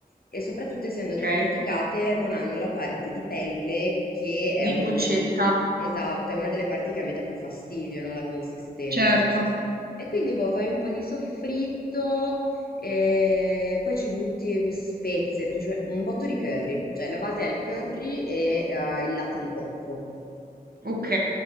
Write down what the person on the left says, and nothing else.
e soprattutto essendo decorticate
non hanno la parte di pelle che è
una
del... Esatto, è una delle parti che a me dà più fastidio, no? La consistenza.
E quindi boh, fai un po' di soffritto e poi ci butti mm, spezie, princip- un botto di curry, cioè la base è il curry e eh, il latte di cocco.